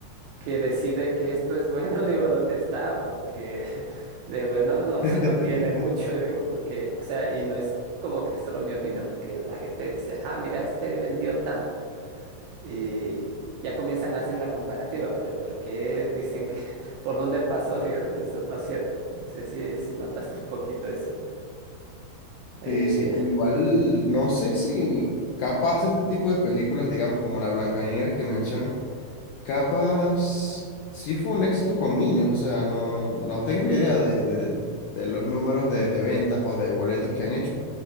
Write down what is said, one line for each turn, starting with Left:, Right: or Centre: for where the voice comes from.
Right: que decide que esto es bueno, <laughs> digo, ¿dónde está? Porque <laughs> de bueno no, <laughs>
Left: <laughs>
Right: no tiene mucho, digo, porque, o sea, y no es como que solo mi opinión, porque la gente dice, ah, mira, este vendió tanto. Y ya comienzan a hacer la comparativa, pero ¿por qué dicen que, <laughs> por dónde pasó? <laughs> Digo, eso no es cierto. No sé si, si notas tú un poquito eso. Eh,
Left: Sí, sí, igual no sé si capaz este tipo de películas, digamos como la Blancanieves que mencionas, capaz sí fue un éxito con niños, o sea, no, no tengo idea de, de- de los números de, de ventas o de boletos que han hecho,